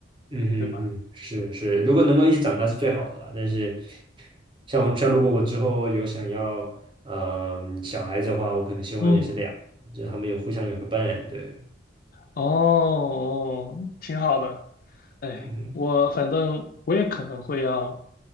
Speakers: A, on the right; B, on the left.
A: 嗯哼嗯，
B: 对吧？
A: 是是，如果能够一起长大是最好的了。但是像像如果我之后有想要嗯、呃小孩子的话，我可能希望也是俩，
B: 嗯，
A: 就他们有互相有个伴，对，
B: 哦，哦挺好的。哎，
A: 嗯哼，
B: 我反正我也可能会要